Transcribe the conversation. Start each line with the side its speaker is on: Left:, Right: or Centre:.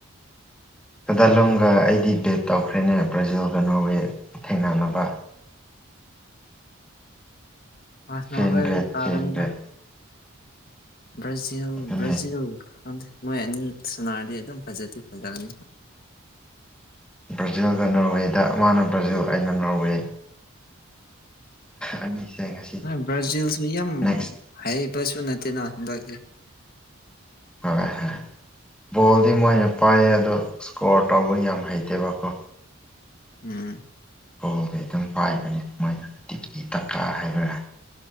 Centre: ꯈꯨꯗꯂꯨꯝꯒ ꯑꯩꯗꯤ ꯕꯦꯠ ꯇꯧꯈ꯭ꯔꯦꯅꯦ ꯕ꯭ꯔꯥꯖꯤꯜꯒ ꯅꯣꯔꯋꯦ ꯊꯦꯡꯅꯅꯕ
Left: ꯃꯥꯁꯅ
Centre: ꯊ꯭ꯔꯤ ꯍꯟꯗ꯭ꯔꯦꯠ
Left: ꯀꯥꯒꯅꯤꯗ
Centre: ꯊ꯭ꯔꯤ ꯍꯟꯗ꯭ꯔꯦꯠ
Left: ꯭ꯔꯖꯤꯜ
Centre: ꯑꯗꯨꯅꯤ
Left: ꯭ꯔꯖꯤꯜ ꯃꯣꯏ ꯁꯨꯅꯔꯗꯤ ꯑꯗꯨꯝ ꯐꯖꯗꯦ ꯐꯖꯒꯅꯤ
Centre: ꯕ꯭ꯔꯥꯖꯤꯜꯒ ꯅꯣꯔꯋꯦꯗ ꯃꯥꯅ ꯕ꯭ꯔꯥꯖꯤꯜ ꯑꯩꯅ ꯅꯣꯔꯋꯦ ꯑꯅꯤꯁꯦ ꯉꯁꯤ
Left: ꯕ꯭ꯔꯥꯖꯤꯜꯁꯨ ꯌꯥꯝ
Centre: ꯅꯦꯛꯁ
Left: ꯍꯥꯏꯕꯁꯨ ꯅꯠꯇꯦꯅ ꯕ꯭ꯔꯥꯖꯤꯜ
Centre: ꯍꯣꯏ ꯍꯣꯏ ꯕꯣꯜꯗꯤ ꯃꯣꯏꯅ ꯄꯥꯏꯌꯦ ꯑꯗꯣ ꯏꯁꯀꯣꯔ ꯇꯧꯕ ꯌꯥꯝ ꯍꯩꯇꯦꯕꯀꯣ
Left: ꯎꯝ
Centre: ꯀꯣꯜꯗꯤ ꯑꯗꯨꯝ ꯄꯥꯏꯕꯅꯤ ꯃꯣꯏꯅ ꯇꯤꯀꯤ ꯇꯛꯀꯥ ꯍꯥꯏꯕꯅꯥ